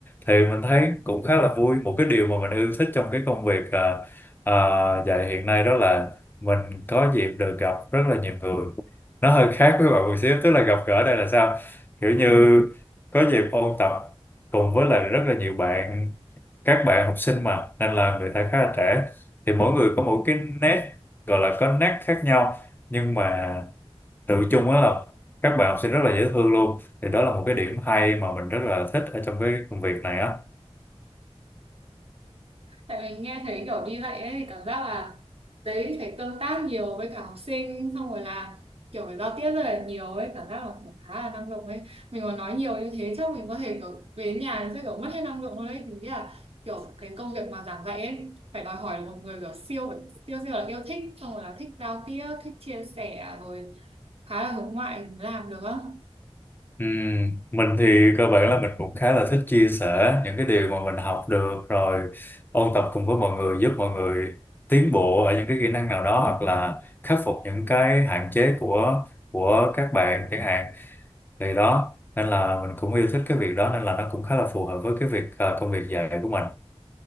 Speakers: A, on the left (about 20°); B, on the right (about 60°).
A: thì mình thấy cũng khá là vui một cái điều mà mình yêu thích trong cái công việc à, à, dạy hiện nay đó là mình có dịp được gặp rất là nhiều người nó hơi khác với bạn một xíu tức là gặp gỡ đây là sao kiểu như có dịp ôn tập cùng với lại rất là nhiều bạn các bạn học sinh mà nên là người ta khá là trẻ thì mỗi người có một cái nét gọi là có nét khác nhau nhưng mà tự chung á là các bạn học sinh rất là dễ thương luôn thì đó là một cái điểm hay mà mình rất là thích ở trong cái công việc này á
B: tại mình nghe thấy kiểu đi dạy ấy thì cảm giác là đấy phải tương tác nhiều với cả học sinh xong rồi là kiểu phải giao tiếp rất là nhiều ấy cảm giác là kiểu khá là năng động ấy mình mà nói nhiều như thế chắc mình có thể kiểu về nhà sẽ kiểu mất hết năng lượng luôn ấy. mình nghĩ là kiểu cái công việc mà giảng dạy ấy phải đòi hỏi là một người kiểu siêu phải siêu siêu là yêu thích xong rồi là thích giao tiếp thích chia sẻ rồi khá là hướng ngoại thì mới làm được á
A: Ừm, mình thì cơ bản là mình cũng khá là thích chia sẻ những cái điều mà mình học được rồi ôn tập cùng với mọi người giúp mọi người tiến bộ ở những cái kỹ năng nào đó hoặc là khắc phục những cái hạn chế của của các bạn chẳng hạn thì đó nên là mình cũng yêu thích cái việc đó nên là nó cũng khá là phù hợp với cái việc à, công việc dạy của mình